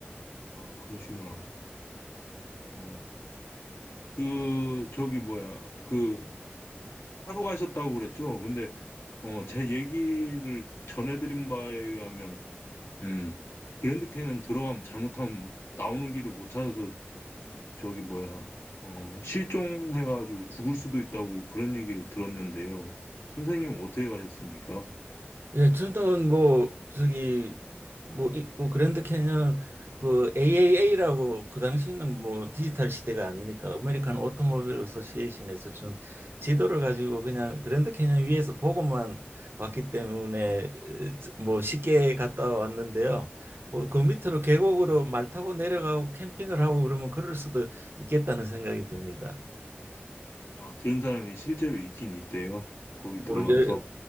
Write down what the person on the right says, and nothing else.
예, 저는 뭐 저기 뭐 있고 그랜드 캐년 그 AAA라고 그 당시는 뭐 디지털 시대가 아니니까 아메리칸 오토모빌 어소시에이션에서 준 지도를 가지고 그냥 그랜드 캐년 위에서 보고만 왔기 때문에 에, 뭐 쉽게 갔다 왔는데요. 뭐 그 밑으로 계곡으로
말 타고 내려가고 캠핑을 하고 그러면 그럴 수도 있겠다는 생각이 듭니다.
모르게